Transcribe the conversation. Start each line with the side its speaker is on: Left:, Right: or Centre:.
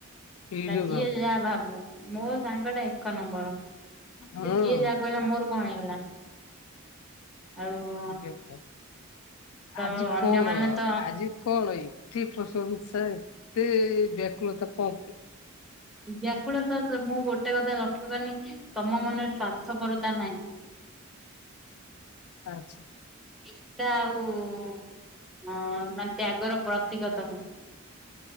Left: ଏଇରେ
Centre: ବା
Left: ବାବା
Centre: ଯିଏ ଯା ଭାବୁ ମୋ ସାଙ୍ଗ ଟା ଏକ ନମ୍ବର୍ ସେ
Left: ହଁ
Centre: ଯିଏ ଯା କହିଲା ମୋର କଣ ହେଇଗଲା, ଆଉ
Left: ଏଇରେ ବାବା
Centre: ତ
Left: ଆଜି
Centre: ଅନ୍ୟମାନେ
Left: କଣ?
Centre: ତ
Left: ଆଜି କଣ ଏତେ ପ୍ରଶଂସା ଏତେ ବ୍ୟାକୁଳତା କଣ ପାଇଁ?
Centre: ଏ ବ୍ୟାକୁଳ ତ ମୁଁ ଗୋଟେ କଥା ଲକ୍ଷ୍ୟ କନି, ତୋମ ମନରେ ସ୍ଵାର୍ଥପରତା ନାହିଁ।
Left: ଆଚ୍ଛା।
Centre: ନିଷ୍ଠା ଆଉ ନ ମାନେ ତ୍ୟାଗର ପ୍ରତୀକ ତମେ।